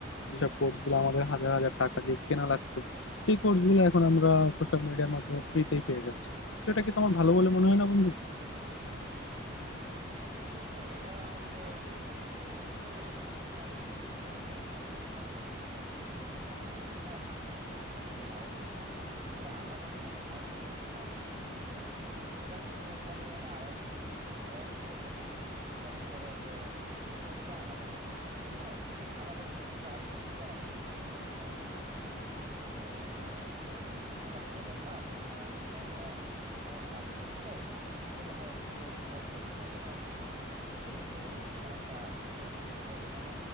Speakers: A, on the left; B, on the right.
A: যেসব কোর্সগুলো আমাদের হাজার হাজার টাকা দিয়ে কেনা লাগতো সেই কোর্সগুলো এখন আমরা সোশ্যাল মিডিয়ার মাধ্যমে ফ্রিতেই পেয়ে যাচ্ছি তো এটা কি তোমার ভালো বলে মনে হয় না বন্ধু
B: হ্যাঁ এটা হচ্ছে ঠিক আছে তবে এখানে ধরো সোশ্যাল মিডিয়া তুমি একটা ভালো দিকের কথা বললা সোশ্যাল মিডিয়া ভালো দিক তো আছে এমন না সোশ্যাল মিডিয়া ভালো দিক নাই তবে আমার কাছে মনে হয় ভালো দিকের থেকে খারাপ দিকটা একটু বেশি আর কি যেমন তুমি তোমাকে যদি আমি আরো কিছু যদি পয়েন্টের কথা বলি যেমন ধরো যে সোশ্যাল মিডিয়া আমাদের মধ্যে কি তৈরি করে আমাদের হচ্ছে প্রাইভেসিটা অনেক ভালোভাবে নষ্ট করে দেয় বুঝতে পারছো যেমন ধরো হচ্ছে হঠাৎ করে দেখবা যে তোমার কোনো একটা তুমি কোনো একটা কাজ করতেছো এটা দেখো হচ্ছে কেউ একজন তোমার ছবি তো তোমাকে ভাইরাল করে দিল এই জিনিসটা কিন্তু একটা বিশাল একটা লস তুমি বর্তমানে